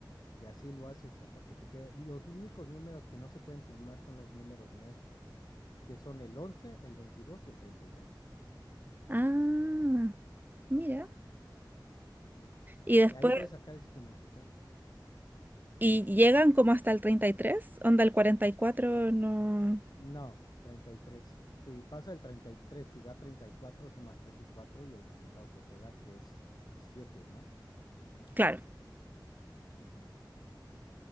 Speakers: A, on the left; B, on the right.
A: Y así lo haces hasta que te quede. Los únicos números que no se pueden sumar son los números maestros, que son el once el 22 y el 33.
B: Ah, mira.
A: Ujú.
B: Y después
A: Y ahí puedes sacar el significado.
B: Y llegan como hasta el 33 onda el 44 no.
A: No, treinta y tres Si pasa el treinta y tres y da treinta y cuatro sumas 3 y 4 y el resultado que te da, que es siete ¿no?
B: Claro,
A: Ujú.